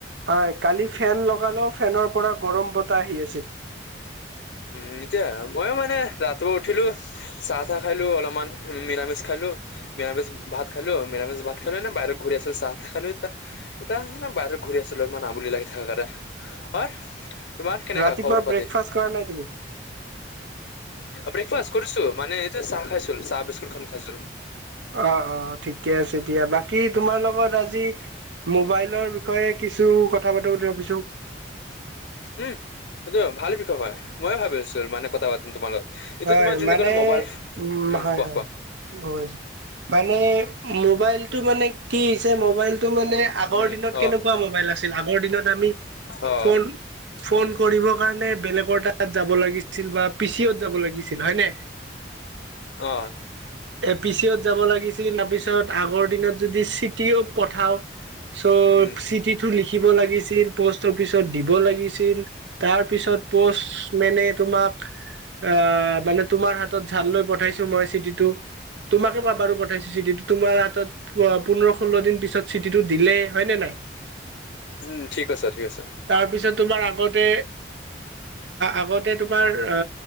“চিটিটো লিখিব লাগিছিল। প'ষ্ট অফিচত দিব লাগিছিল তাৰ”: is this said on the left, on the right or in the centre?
Right